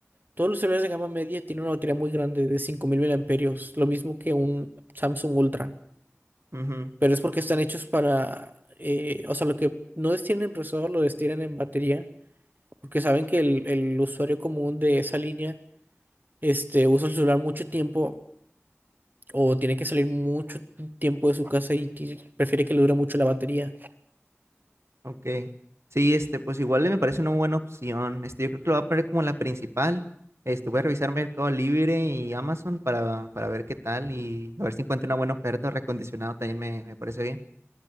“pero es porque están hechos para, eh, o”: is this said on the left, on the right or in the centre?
Right